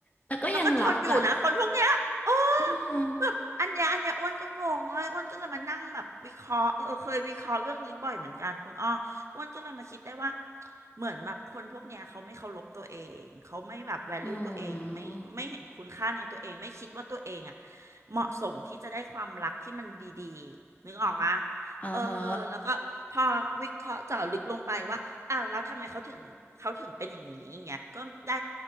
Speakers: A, on the left (about 30°); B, on the right (about 70°).
A: แต่ก็ยังรักอ่ะ
B: แล้วก็ทนอยู่นะคนพวกเนี้ยเออ
A: อืม
B: แบบอันเนี้ยอันเนี้ยอ้วนก็งงเลยอ้วนก็เลยมานั่งแบบวิเคราะห์เออเคยวิเคราะห์เรื่องนี้บ่อยเหมือนกันคุณอ้ออ้วนก็เลยมาคิดได้ว่าเหมือนแบบคนพวกเนี้ยเขาไม่เคารพตัวเอง เขาไม่แบบแวลูตัวเองไม่ไม่เห็นคุณค่าในตัวเองไม่คิดว่าตัวเองอ่ะ
A: อืม
B: เหมาะสมที่จะได้ความรักที่มันดีๆนึกออกวะ
A: อ่าฮะ
B: เออแล้วก็พอวิเคราะห์เจาะลึกลงไปว่า อ้าวแล้วทำไมเขาถึงเขาถึงเป็นอย่างนี้อย่างเงี้ยก็ได้